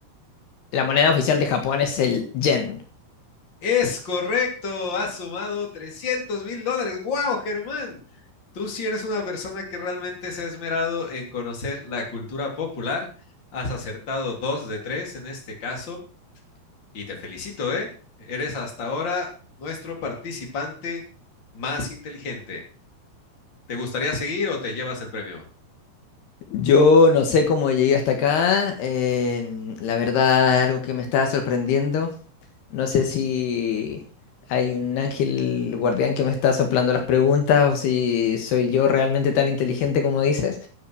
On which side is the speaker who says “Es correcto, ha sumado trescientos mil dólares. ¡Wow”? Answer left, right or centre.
Left